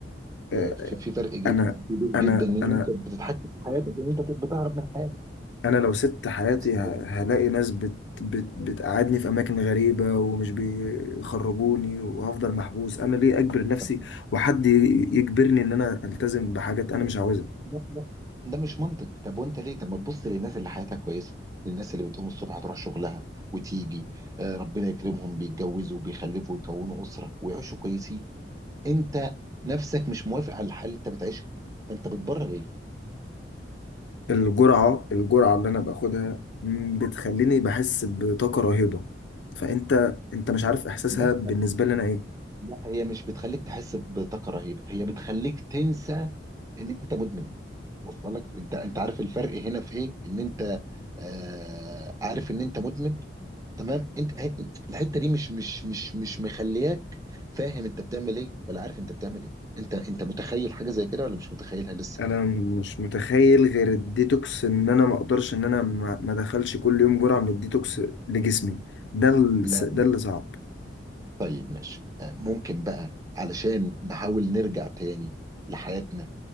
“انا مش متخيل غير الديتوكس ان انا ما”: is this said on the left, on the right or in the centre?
Left